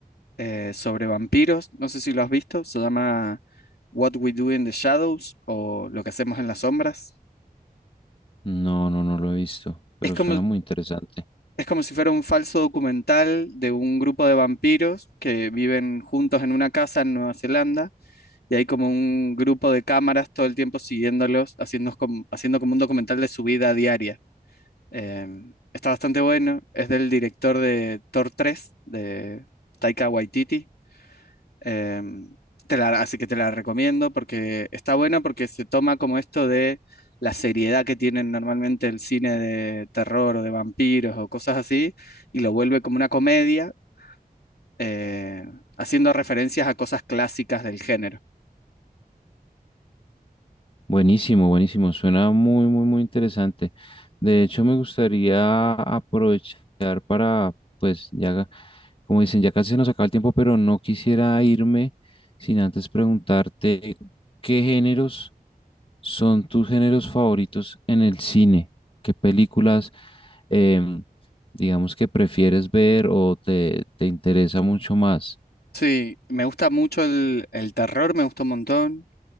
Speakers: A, on the left; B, on the left.
A: eh, sobre vampiros, no sé si lo has visto, se llama What We Do in the Shadows o Lo que hacemos en las sombras.
B: No, no, no lo he visto, pero
A: Es como
B: suena muy interesante.
A: Es como si fuera un falso documental de un grupo de vampiros que viven juntos en una casa en Nueva Zelanda y hay como un grupo de cámaras todo el tiempo siguiéndolos, haciendo como, haciendo como un documental de su vida diaria. Em, está bastante bueno, es del director de Thor 3, de Taika Waititi, Em, te la- así que te la recomiendo porque está buena porque se toma como esto de la seriedad que tienen normalmente el cine de terror o de vampiros o cosas así y lo vuelve como una comedia, eh, haciendo referencias a cosas clásicas del género.
B: Buenísimo, buenísimo. Suena muy, muy, muy interesante. De hecho, me gustaría aprovechar para, pues, ya, como dicen, ya casi se nos acaba el tiempo, pero no quisiera irme sin antes preguntarte qué géneros son tus géneros favoritos en el cine, qué películas, em, digamos, que prefieres ver o te, te interesa mucho más.
A: Sí, me gusta mucho el, el terror, me gusta un montón,